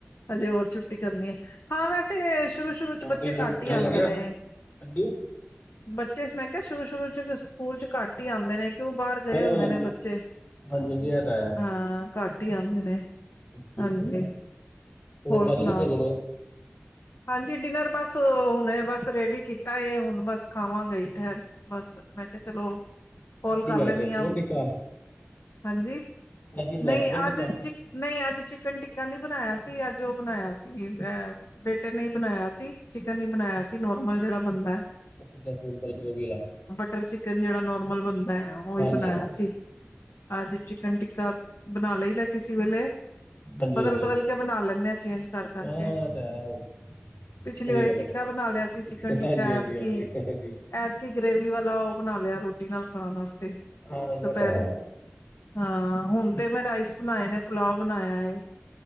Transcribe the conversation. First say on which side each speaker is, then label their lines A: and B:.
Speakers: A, on the left (about 85°); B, on the left (about 55°).
A: ਹਜੇ ਹੋਰ ਛੁੱਟੀ ਕਰਨੀ ਏ, ਹਾਂ ਵੈਸੇ ਸ਼ੁਰੂ-ਸ਼ੁਰੂ'ਚ
B: ਹੋਰ
A: ਬੱਚੇ
B: ਤੁਸੀਂ ਤੁਸੀਂ
A: ਘੱਟ ਹੀ
B: ਕਰ
A: ਆਂਦੇ
B: ਲਿਆ
A: ਨੇ।
B: ਹਾਂਜੀ!
A: ਬੱਚੇ ਮੈਂ ਕਿਹਾ, ਸ਼ੁਰੂ-ਸ਼ੁਰੂ'ਚ ਸਕੂਲ'ਚ ਘੱਟ ਹੀ ਆਂਦੇ ਨੇ। ਕਿਉਂ ਬਾਹਰ
B: ਹਾਂ
A: ਗਏ ਹੁੰਦੇ
B: ਹਾਂਜੀ
A: ਨੇ ਬੱਚੇ,
B: ਹਾਂਜੀ ਇਹ ਤਾਂ ਹੈ
A: ਹਾਂ। ਘੱਟ ਹੀ ਆਂਦੇ ਨੇ,
B: ਬਿਲਕੁਲ
A: ਹਾਂਜੀ,
B: ਸਹੀ ਗੱਲ ਹੈ
A: ਹੋਰ
B: ਭਾਜੀ
A: ਸੁਣਾਓ?
B: ਕਿੱਥੇ ਚਲੇ
A: ਹਾਂਜੀ, ਡਿਨਰ ਬਸ ਹੁਣੇ ਬਸ ਰੇਡੀ ਕੀਤਾ, ਹੁਣ ਬਸ ਖਾਵਾਂਗੇ ਈ, ਠਹਿਰ ਬਸ, ਮੈਂ ਕਿਹਾ ਚਲੋ, ਕੌਲ
B: ਅੱਜ ਕੀ
A: ਕਰ
B: ਬਣਾਇਆ
A: ਲੈਨੀ
B: ਜੀ
A: ਆਂ,
B: ਚਿਕਨ ਟਿੱਕਾ
A: ਹਾਂਜੀ।
B: ਅੱਜ ਹੀ ਬਣਾਇਆ
A: ਨਹੀਂ,
B: ਚਿਕਨ ਟਿੱਕਾ
A: ਆਜ ਚ ਨਹੀਂ ਅੱਜ ਚਿਕਨ ਟਿੱਕਾ ਨੀ ਬਨਾਇਆ ਸੀ, ਅੱਜ ਉਹ ਬਨਾਇਆ ਸੀ ਅ ਬੇਟੇ ਨੇ ਈ ਬਨਾਇਆ ਸੀ, ਚਿਕਨ ਵੀ ਬਨਾਇਆ ਸੀ, ਨੋਰਮਲ ਜੇਹੜਾ ਬਨਦੇ
B: ਅੱਛਾ ਸਿੰਪਲ ਗ੍ਰੇਵੀ ਵਾਲਾ
A: ਬਟਰ ਚਿਕਨ ਜੇਹੜਾ ਨੋਰਮਲ ਬਨਦੇ, ਉਹੀ
B: ਹਾਂਜੀ
A: ਬਨਾਇਆ
B: ਹਾਂਜੀ
A: ਸੀ ਅਜ ਚਿਕਨ ਟਿੱਕਾ ਬਨਾ ਲਈ ਦੇ ਕਿਸੇ ਵੇਲੇ
B: ਹਾਂਜੀ
A: ਬਦਲ
B: ਹਾਂਜੀ
A: ਬਦਲ ਕੇ ਬਨਾ ਲੈਂਨੇ ਆ, ਚੇਂਜ ਕਰ
B: ਹਾਂ
A: ਕਰ ਕੇ
B: <unintelligible>
A: ਪਿਛਲੀ
B: ਸਹੀ
A: ਵਾਰੀ
B: ਗੱਲ
A: ਟਿੱਕਾ
B: ਹੈ ਤਾਂ।
A: ਬਨਾ ਲਿਆ ਸੀ ਚਿਕਨ ਟਿੱਕਾ,
B: ਹਾਂਜੀ ਹਾਂਜੀ
A: ਐਤਕੀ
B: ਹਾਂਜੀ ਹਾਂਜੀ
A: ਐਤਕੀ ਗਰੇਵੀ ਵਾਲਾ ਉਹ ਬਣਾ ਲਿਆ, ਰੋਟੀ ਨਾਲ ਖਾਣ ਵਾਸਤੇ,
B: ਹਾਂ ਇਹ
A: ਦੁਪਹਿਰੇ
B: ਤਾਂ ਹੈ
A: ਹਾਂ, ਹੁਨ ਤੇ ਮੈਂ ਰਾਈਸ ਬਨਾਏ ਨੇ, ਪੁਲਾਓ ਬਨਾਇਆ ਹੈ